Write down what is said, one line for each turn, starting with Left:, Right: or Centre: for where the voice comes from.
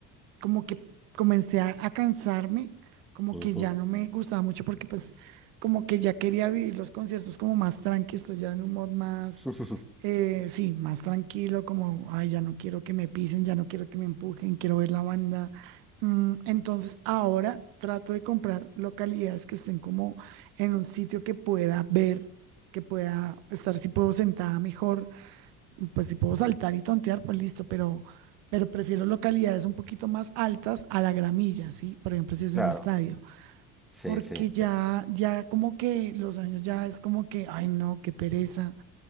Right: como que comencé a, a cansarme, como
Centre: Ujú.
Right: que ya no me gustaba mucho porque pues como que ya quería vivir los conciertos como más tranqui, estoy ya en un mod más,
Centre: <laughs>
Right: eh, sí, más tranquilo, como, ay, ya no quiero que me pisen, ya no quiero que me empujen, quiero ver la banda. Mm, entonces ahora trato de comprar localidades que estén como en un sitio que pueda ver, que pueda estar, si puedo sentada mejor pues si puedo saltar y tontear, pues listo, pero, pero prefiero localidades un poquito más altas a la gramilla, ¿sí? Por ejemplo, si es
Centre: Claro.
Right: un estadio,
Centre: Sí,
Right: porque
Centre: sí.
Right: ya,
Centre: eh,
Right: ya como que los años ya es como que, ay no, qué pereza.